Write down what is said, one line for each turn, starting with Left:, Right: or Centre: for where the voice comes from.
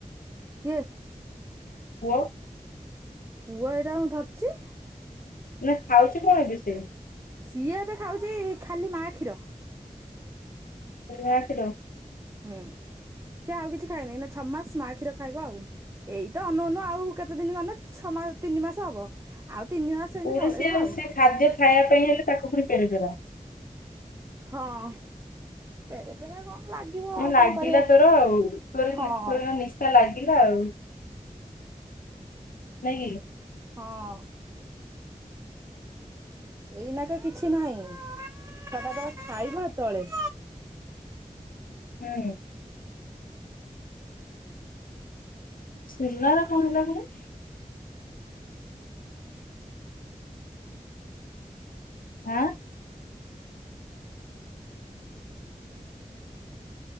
Right: କିଏ?
Left: ପୁଅ
Right: ପୁଅ ଏଇଟା ଙ୍କୁ ମୁଁ ଧରିଚି।
Left: ନା ଖାଉଚି କଣ ଏବେ ସେ?
Right: ସିଏ ଏବେ ଖାଉଚି ଖାଲି ମା କ୍ଷୀର।
Left: ଖାଲି ମା କ୍ଷୀର।
Right: ହୁଁ ସେ ଆଉ କିଛି ଖାଇନି ଏଇନା ଛଅ ମାସ ମା କ୍ଷୀର ଖାଇବ ଆଉ। ଏଇତ ଅନଉ ଅନଉ ଆଉ କେତେ ଦିନ ଗଲେ ଛଅ ମାସ ତିନି ମାସ ହବ ଆଉ ତିନି ମାସ ଏମିତି
Left: ପୁଣି
Right: ପଳେଇବ
Left: ସେ
Right: ଆଉ
Left: ଖାଦ୍ୟ ଖାଇବା ପାଇଁ ହେଲେ ତାକୁ ପୁଣି ପେରେପେରା।
Right: ହଁ ପେରେ ପେରା କଣ? ଲାଗିବ ଆଉ
Left: ନାଗିଲା
Right: କଣ କରିବା।
Left: ତୋର ତୋର
Right: ହଁ
Left: ତୋର ନିଶା ଲାଗିଲା ଆଉ। ନାଇଁ କି
Right: ହଁ। ଏଇନା କେ କିଛି ନାହିଁ ଛୁଆ ଟାଯେତେବେଳେ ଖାଇବା ହେ ତଳେ।
Left: ହୁଁ। ସିଲା ର କଣ ହେଲା କିରେ? ଆଁ